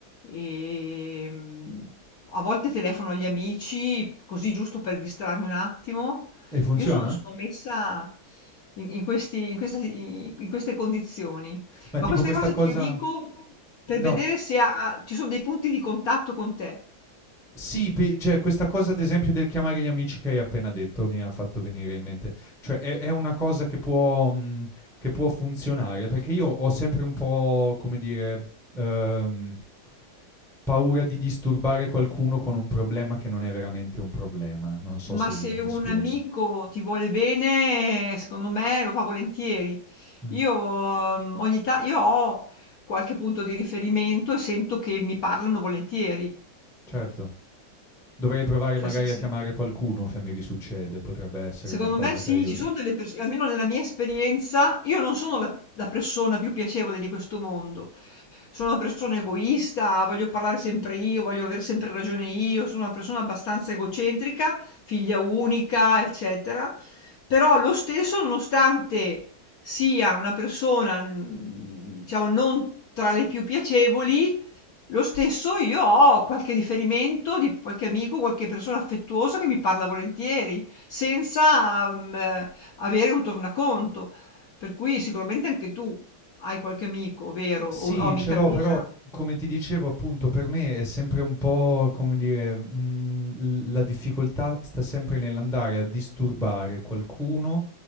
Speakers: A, on the left; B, in the centre.
A: E, mm, a volte telefono agli amici, così giusto per distrarmi un attimo.
B: E funziona?
A: Io sono, sono messa in, in questi- in questa- in queste condizioni.
B: Ma
A: Ma
B: tipo
A: queste
B: questa
A: cose
B: cosa...
A: te le dico per
B: No,
A: vedere se ha- ci sono dei punti di contatto con te,
B: sì, pe- cioè questa cosa ad esempio del chiamare gli amici che hai appena detto mi ha fatto venire in mente. Cioè è, è una cosa che può, mh, che può funzionare, perché io ho sempre un po', come dire... ehm, paura di disturbare qualcuno con un problema che non è veramente un problema. Non so
A: ma
B: se
A: se
B: mi
A: un
B: spiego.
A: amico ti vuole bene, secondo me lo fa volentieri.
B: Mm,
A: Io, ehm, ogni ta- io ho qualche punto di riferimento e sento che mi parlano volentieri.
B: certo. Dovrei provare
A: Cioè,
B: magari
A: se- se-
B: a chiamare qualcuno se mi risuccede, potrebbe essere
A: secondo
B: una cosa
A: me sì,
B: che aiuta.
A: ci sono delle persone, almeno nella mia esperienza, io non sono la la persona più piacevole di questo mondo. sono una persona egoista, voglio parlare sempre io, voglio avere sempre ragione io, sono una persona abbastanza egocentrica, figlia unica, eccetera. Però lo stesso, nonostante sia una persona, mm, diciamo, non tra le più piacevoli, lo stesso io ho qualche riferimento di qualche amico, qualche persona affettuosa che mi parla volentieri, senza, mhmm, avere un tornaconto. Per cui sicuramente anche tu hai qualche amico vero
B: Sì,
A: o o amica
B: ce l'ho,
A: vera.
B: però come ti dicevo appunto per me è sempre un po', come dire, mhmm, l la difficoltà sta sempre nell'andare a disturbare qualcuno,